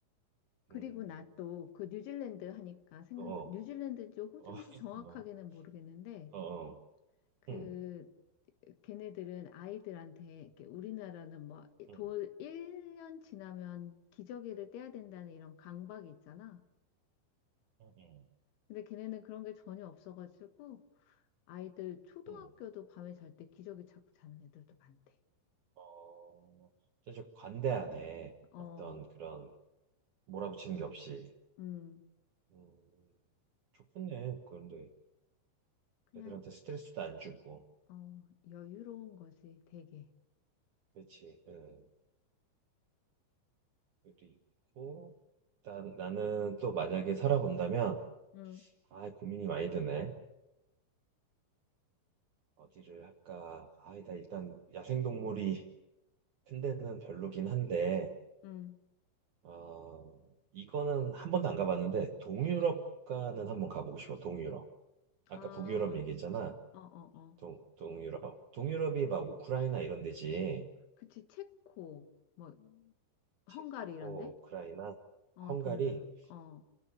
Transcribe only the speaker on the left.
그리고
나 또 그 뉴질랜드 하니까 생각
뉴질랜드인지 호주인지
정확하게는 모르겠는데
그
걔네들은 아이들한테 이렇게 우리나라는 뭐돌
1년 지나면 기저귀를 떼야 된다는 이런 강박이 있잖아.
근데 걔네는 그런 게 전혀 없어가지고 아이들 초등학교도
밤에 잘 때 기저귀 차고 자는 애들도 많대.
어,
음,
그냥
어 여유로운 거지 되게.
음,
음,
아,
어, 어, 어,
그치 체코 뭐 음.
헝가리 이런데?
어,
동유럽. 어,